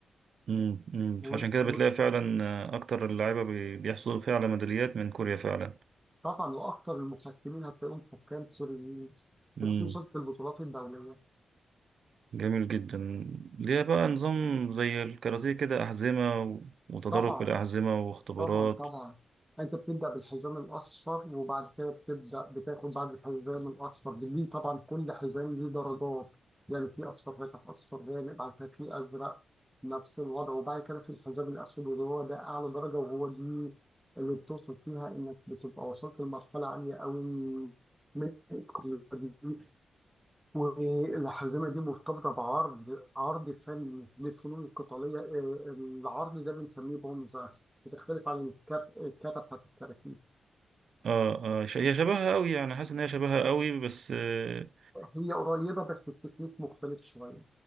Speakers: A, on the right; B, in the centre.
A: امم امم فعشان
B: وال-
A: كده بتلاقي فعلا آه، اكتر اللعيبة بي- بيحصلوا فعلا ميداليات من كوريا فعلا
B: وطبعا وأكثر المحكمين هتلاقيهم حكام كوريين
A: امم
B: وخصوصا في البطولات الدولية
A: جميل جدا ليها بقى نظام زي الكاراتيه كده أحزمة و- وتدرج
B: طبعا
A: في الأحزمة واختبارات
B: طبعا طبعا انت بتبدا بالحزام الاصفر وبعد كده بتبدا بتاخد بعد الحزام الاصفر ليه طبعا كل حزام ليه درجات يعني في اصفر فاتح اصفر غامق بعد كده في ازرق نفس الوضع وبعد كده في الحزام الاسود وهو ده اعلى درجه وهو دي اللي بتوصل فيها انك بتبقى وصلت لمرحله عاليه قوي من التقدير. والحزمه دي مرتبطه بعرض عرض فني للفنون القتاليه آه، العرض ده بنسميه بونزا بتختلف عن الكف... الكفه بتاعت الكاراتيه
A: اه اه ش- هي شبهها قوي يعني حاسس ان هي شبهها قوي بس آه،
B: هي قريبه بس التكنيك مختلف شويه